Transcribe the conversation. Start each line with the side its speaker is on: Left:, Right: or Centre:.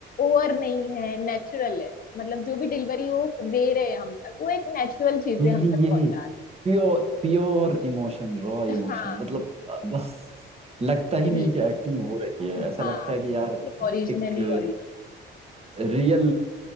Left: ओवर नहीं है नेचुरल है मतलब जो भी डिलीवरी वो दे रहे हैं हम तक वो एक नेचुरल चीजें
Right: यही
Left: हम तक
Right: यही
Left: पहुंचा रहे हैं
Right: pure pure emotion raw emotion
Left: <laughs> हाँ
Right: मतलब अ, बस लगता ही
Left: यही
Right: नहीं कि
Left: है
Right: एक्टिंग हो रही है
Left: हाँ
Right: ऐसा लगता है
Left: सिर्फ
Right: कि यार
Left: ओरिजिनली
Right: एक
Left: ओरिजिनल
Right: रियल